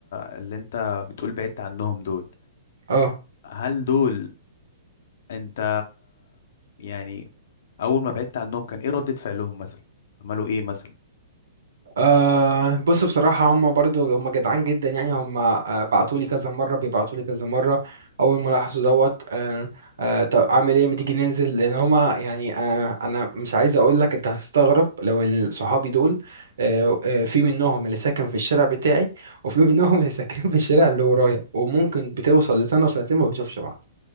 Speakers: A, on the left; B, on the right.
A: اللي انت بتقول بعدت عنهم دول
B: اه
A: هل دول انت يعني اول ما بعدت عنهم كان ايه ردة فعلهم مثلا عملوا ايه مثلا
B: أه بص بصراحة هم برضو هم جدعان جدا يعني هم آه، بعتولي كذا مرة بيبعتولي كذا مرة أول ما لاحظوا دوت أه أه طب أعمل إيه ما تيجي ننزل لأن هما يعني أه أنا مش عايز أقول لك أنت هتستغرب لو ال- <laughs> صحابي دول أه آه، في منهم اللي ساكن في الشارع بتاعي وفي <laughs> منهم اللي ساكن في الشارع اللي ورايا وممكن بتوصل لسنة وسنتين ما بنشوفش بعض